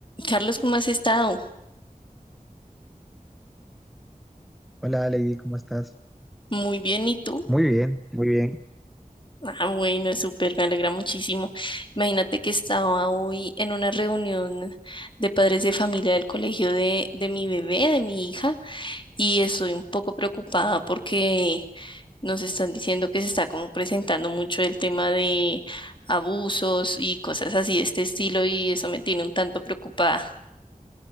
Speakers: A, on the left; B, in the centre.
A: Carlos, ¿cómo has estado?
B: Hola Lady, ¿cómo estás?
A: Muy bien, ¿y tú?
B: Muy bien, muy bien.
A: Ah, bueno, súper, me alegra muchísimo. Imagínate que estaba hoy en una reunión de padres de familia del colegio de, de mi bebé, de mi hija, y estoy un poco preocupada porque nos están diciendo que se está como presentando mucho el tema de abusos y cosas así de este estilo, y eso me tiene un tanto preocupada.